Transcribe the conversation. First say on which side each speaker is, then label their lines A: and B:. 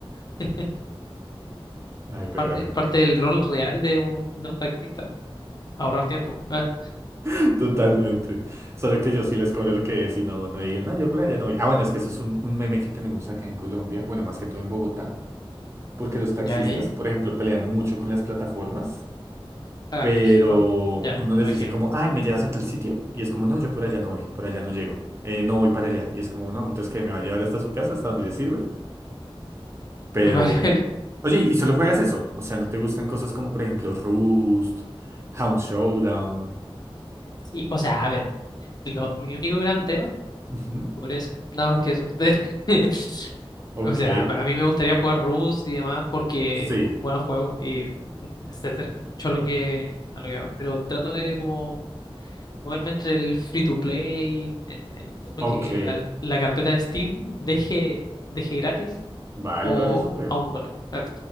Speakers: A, on the left (about 45°); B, on the right (about 30°).
A: <laughs>
B: Ay, pero
A: Parte,
B: era muy bueno.
A: parte del rol real de un, de un taxista. Ahorrar tiempo. Ah,
B: <laughs> Totalmente. Solo que yo sí les cobro lo que es y no, no digan, no, yo por allá no voy. Ah, bueno, es que eso es un, un meme que tenemos acá en Colombia, bueno, más que todo en Bogotá, porque los taxistas,
A: ya, ya, ya.
B: por ejemplo, pelean mucho con las plataformas
A: Ah,
B: pero
A: pf, bueno, ya,
B: uno les
A: me imagino.
B: dice como, ay, ¿me llevas a tal sitio? Y es como, no, yo por allá no voy, por allá no llego, eh, no voy para allá. Y es como, no, entonces que me va a llevar hasta su casa, hasta donde le sirve. Pero
A: <laughs> Vale,
B: bueno.
A: vale.
B: Oye, ¿y solo juegas eso? O sea, ¿no te gustan cosas como, por ejemplo, Rust, Hound Showdown?
A: Sí, o sea, a ver, lo- mi único gran tema,
B: Ujú.
A: pobreza, nada más que eso. <laughs>
B: Ok,
A: O sea, a a mí me gustaría jugar Rust y demás porque,
B: sí,
A: bueno, juego y se acerca mucho a lo que, a lo que va, pero trato de como moverme entre el free to play, el- el- como
B: ok,
A: que la, la carpeta de Steam deje, deje gratis
B: vale,
A: o
B: oye, súper.
A: a un dólar. <laughs> Ah,